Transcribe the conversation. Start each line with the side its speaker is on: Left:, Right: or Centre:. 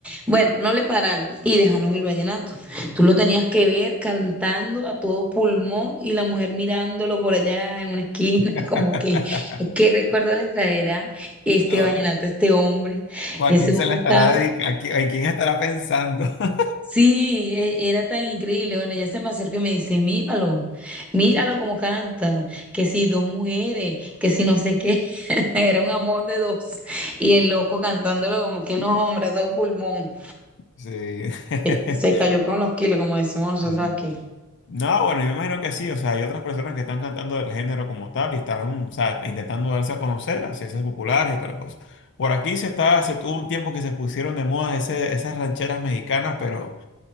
Centre: Bueno, no le pararon y dejaron el vallenato. Tú lo tenías que ver cantando a todo pulmón y la mujer mirándolo por allá en una esquina,
Left: <laughs>
Centre: <laughs> como que, ¿qué recuerdo les traerá? este
Left: No,
Centre: vallenato, este hombre.
Left: ¿o ¿A
Centre: Ese
Left: quién
Centre: hombre
Left: se le
Centre: estaba,
Left: estará dedicando? ¿A qui- a quién estará pensando? <laughs>
Centre: sí, e- era tan increíble. Bueno, ella se me acerca y me dice, míralo, míralo como canta, que si dos mujeres, que si no sé qué, <laughs> era un amor de dos. Y el loco cantándolo como que no, hombre, a todo pulmón.
Left: Sí. <laughs>
Centre: Eh, Se cayó con los kilos, como decimos nosotros
Left: Sí.
Centre: aquí.
Left: No, bueno, yo imagino que sí. O sea, hay otras personas que están cantando el género como tal y están, o sea, intentando darse a conocer, hacerse populares y toda la cosa. Por aquí se está, se tuvo un tiempo que se pusieron de moda ese- esas rancheras mexicanas, pero